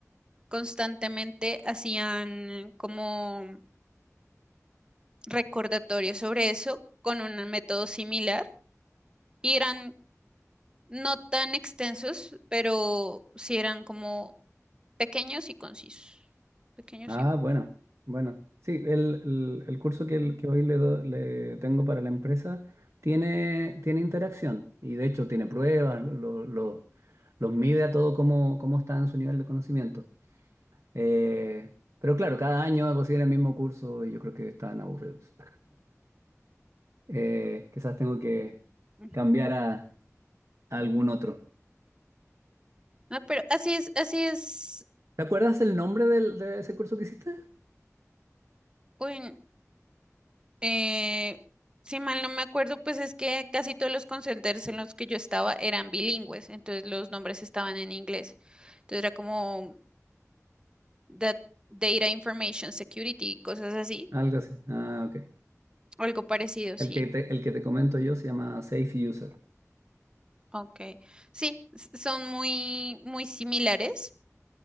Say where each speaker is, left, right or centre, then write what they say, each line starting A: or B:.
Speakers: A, on the right; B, on the right.
A: constantemente hacían como recordatorios sobre eso con un método similar y eran no tan extensos, pero sí eran como Pequeños y concisos. Pequeños
B: Ah,
A: y buenos.
B: bueno, bueno. Sí, el, el- el curso que, el- que hoy le, do- le tengo para la empresa tiene, tiene interacción y de hecho tiene pruebas, lo- lo- los mide a todo cómo, cómo está en su nivel de conocimiento. Eh, pero claro, cada año hago seguir el mismo curso y yo creo que están aburridos. Eh, quizás tengo que
A: Ujú.
B: cambiar a, a algún otro.
A: No, pero así es, así es.
B: ¿Te acuerdas el nombre del- de ese curso que hiciste?
A: Uy, eh, si mal no me acuerdo, pues es que casi todos los call centers en los que yo estaba eran bilingües, entonces los nombres estaban en inglés. Entonces era como dat- Data Information Security, cosas así,
B: Algo así. Ah, ok.
A: algo parecido,
B: El
A: sí.
B: que te, el que te comento yo se llama Safe User.
A: Ok. Sí, s- son muy, muy similares.